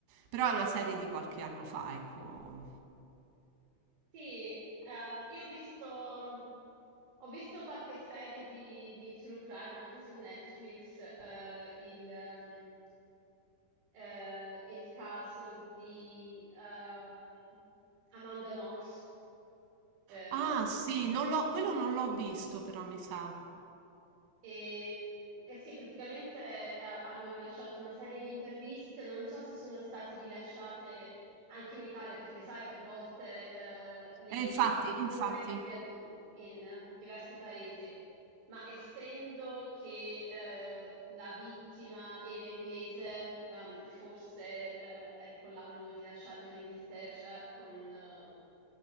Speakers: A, on the right; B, on the right.
A: Però è una serie di qualche anno fa, ecco.
B: Sì, ehm, io ho visto, ho visto qualche serie di, di True Crime anche su Netflix, eh, il, ehm, eh, il caso di ehm, Amanda Knox. Ehm,
A: Ah, sì, non l'ho- quello non l'ho visto, però mi sa.
B: E, eh sì, praticamente eh, hanno rilasciato una serie di interviste, non so se sono state rilasciate anche in Italia, perché sai che a volte eh, le
A: E infatti,
B: piattaforme
A: infatti,
B: cambiano in eh, diversi paesi, ma essendo che eh, la vittima era inglese, ehm, forse eh, ecco, l'hanno rilasciata in Inghilterra con, eh,